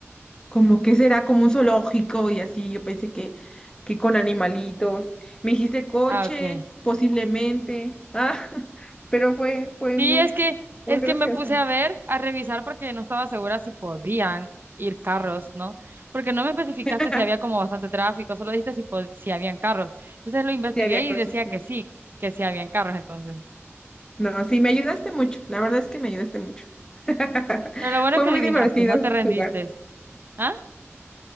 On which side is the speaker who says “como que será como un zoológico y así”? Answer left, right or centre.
Left